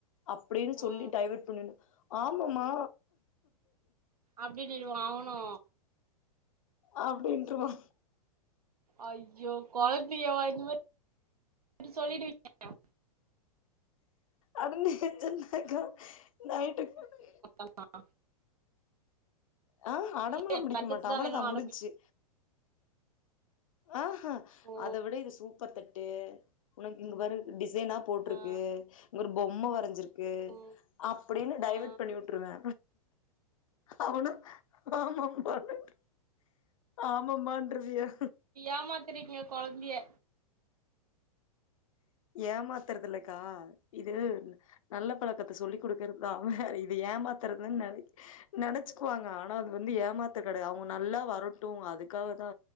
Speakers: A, on the left; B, on the right.
A: அப்டின்னு
B: ஆ
A: சொல்லி டைவர்ட் பண்ணிட்னு ஆமமா
B: அப்டின்டிருவா அவனு
A: அப்டின்ருவா
B: ஐயோ கொழந்தையவா இந்தமாரி சொல்லிடுவீங்க
A: அதுங்களு எஞ்சின்ட்ருக்கா நைட்டுக்கு ஒன்னு இல்லயே
B: ஆமா
A: ஆ அடமெல்லா
B: இல்ல எனக்கு
A: பிடிக்க
B: அடுத்தது
A: மாட்டா
B: தா
A: அவ்வளதா
B: வேணுன் அடம்பி
A: முடிஞ்ச்சு ஆஹா
B: ஓ
A: அத விட இது சூப்பர் தட்டு உனக்கு இங்க பாரு டிசைனா போட்ருக்கு
B: ஆ
A: ஒரு பொம்ம வரஞ்சிருக் கு
B: ஓ
A: அப்டின்டு டைவேர்ட்
B: ஆ
A: பண்ணி விட்ருவே அவனு ஆமாம்மானுன் ஆமம்மான்றுவியா
B: ஏமாத்ருக்கீய கொழந்தய
A: ஏமாத்றதுல்லக்கா இது நல்ல பழக்கத்த சொல்லி் குடுக்குறதுதா அவ இது ஏமாத்துறதுன்னு நென நெனச்சுக்குவாங்க ஆனா அது வந்து ஏமாத்து கெடயாது அவங்க நல்லா வரட்டு அதுக்காகதா